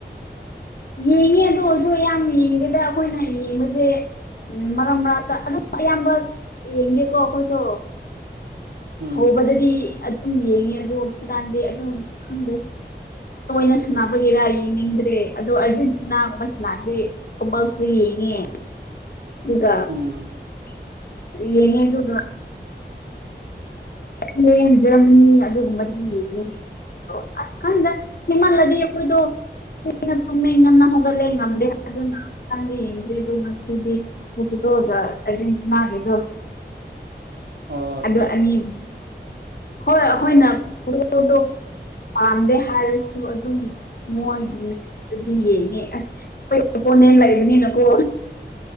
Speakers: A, on the left; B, on the right.
A: ꯌꯦꯡꯉꯦ ꯑꯗꯨ ꯑꯣꯏꯔꯁꯨ ꯌꯥꯝ ꯌꯦꯡꯒꯦꯗ ꯑꯩꯈꯣꯏꯅ ꯌꯦꯡꯕꯁꯦ ꯎꯝ ꯃꯔꯛ ꯃꯔꯛꯇ ꯑꯗꯨꯝ ꯑꯌꯥꯝꯕ ꯌꯦꯡꯗꯦꯀꯣ ꯑꯩꯈꯣꯏꯗꯣ
B: ꯎꯝ
A: ꯍꯧꯕꯗꯗꯤ ꯑꯗꯨꯝ ꯌꯦꯡꯉꯦ ꯑꯗꯨ ꯍꯧꯖꯤꯀꯥꯟꯗꯤ ꯑꯗꯨꯝ ꯈꯪꯗꯦ ꯇꯣꯏꯅ ꯁꯕꯒꯤꯦꯔꯥ ꯌꯦꯡꯅꯤꯡꯗ꯭ꯔꯦ ꯑꯗꯣ ꯑꯔꯖꯦꯟꯇꯤꯅꯥꯒꯨꯝꯕ ꯁꯅꯥꯗꯦ ꯀꯝꯄꯜꯁꯔꯤ ꯌꯦ ꯏꯒ
B: ꯎꯝ
A: ꯌꯦꯅꯦ ꯑꯗꯨꯒ ꯏꯪꯂꯦꯟ ꯖꯔꯃꯅꯤ ꯑꯗꯨꯒꯨꯝꯕꯗꯤ ꯌꯦꯡꯉꯅꯦ ꯑꯀꯟꯗ ꯍꯃꯜ ꯂꯗꯤ ꯑꯩꯈꯣꯏꯗ ꯇꯨꯝꯃꯤꯃꯦ ꯏ ꯉꯝꯅ ꯍꯒꯂꯦ ꯉꯝꯗꯦ ꯍꯥꯏ ꯅ ꯇꯪ ꯗꯦ ꯑꯗꯨ ꯃꯁꯗꯤ ꯎꯠꯗꯗ ꯑꯦꯖꯇꯅꯥꯒ ꯑꯗꯨ
B: ꯑꯣ ꯑꯠꯆꯥ
A: ꯑꯗꯨ
B: ꯑꯠꯆꯥ
A: ꯑꯅꯤ ꯍꯣꯏ ꯑꯩꯈꯣꯏꯅ ꯄꯣ ꯄꯥꯝꯗꯦ ꯍꯥꯏꯔꯁꯨ ꯑꯗꯨꯝ ꯃꯣꯏꯒꯤ ꯃꯦꯁꯇꯗꯤ ꯌꯦꯡꯉꯦ ꯑꯁ ꯑꯩꯣꯏꯄꯣꯅ ꯑꯦꯅꯤ ꯅꯀꯣ